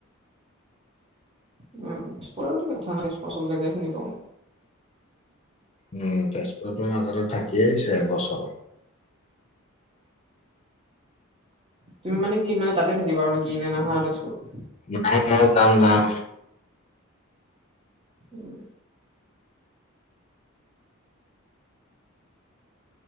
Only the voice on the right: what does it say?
উম, তেজপুৰ বুলি কথা নাই চব জাগাই চিনি পাওঁ।
তুমি মানে কি মানে তাতে থাকিবা আৰু নেকি নে নাহা আৰু তেজপুৰ?
<unintelligible>